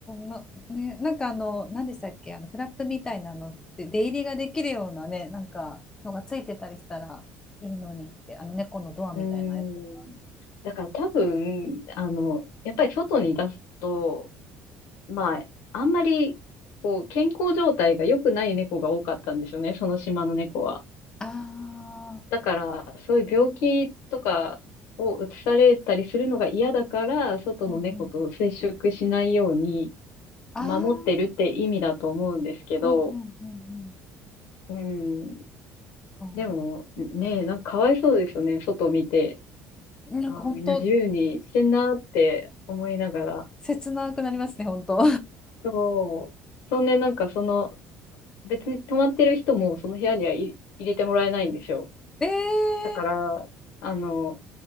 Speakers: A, on the left; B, on the left.
A: な、ね、なんかあの、何でしたっけ、あのフラップみたいなのって出入りができるようなね、なんかのがついてたりしたらいいのにって、あの猫のドアみたいなやつが。
B: ーん。だから多分、あの、やっぱり外に出すと、まあ、あんまり、こう、健康状態が良くない猫が多かったんですよね、その島の猫は。
A: あ
B: だから、そういう病気とかをうつされたりするのが嫌だから、外の猫と接触しないように
A: あ、うんうん、ああ、
B: 守ってるって意味だと思うんですけど、
A: うんうんうんうん。
B: うん。
A: そっ
B: でも、ねえ、なんかかわいそうですよね。外を見て。
A: かなんか本当
B: ああ、みんな自由にしてんなって思いながら。
A: <laughs> 切なくなりますね、本当。
B: そう。そんで、なんかその、別に泊まってる人もその部屋にはい入れてもらえないんですよ。
A: ええ
B: だから、あの、